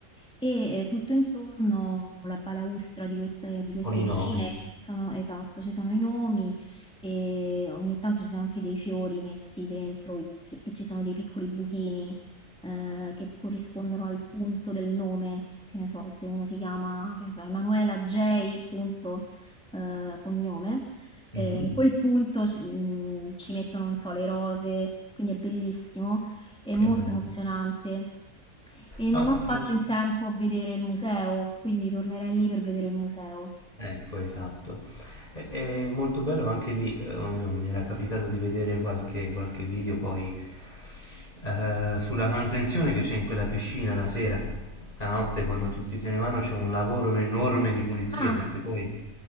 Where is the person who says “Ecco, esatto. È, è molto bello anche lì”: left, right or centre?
Left